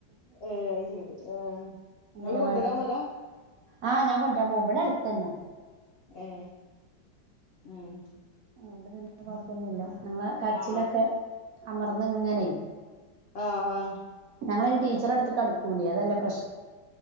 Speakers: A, on the left; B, on the right.
A: ഏ അത് ശരി ഏ
B: അംഗനവാടി
A: നിങ്ങള് കൊണ്ടുവരാൻ പോലാ
B: ആഹ ഞാൻ കൊണ്ടരാൻ പോവും ഇവിടെ അടുത്തന്നെ
A: ഏ ഉം
B: അതുകൊണ്ട് പിന്നെ കൊഴപ്പൊന്നുല്ല ഞങ്ങള് കരച്ചിലൊക്കെ
A: ആ
B: അമർന്ന് ഇങ്ങനെ
A: ആഹ് ആ
B: ഞങ്ങള ഇനി ടീച്ചർടുത്ത്ടു കൂല്ല അതല്ല പ്രശ്നം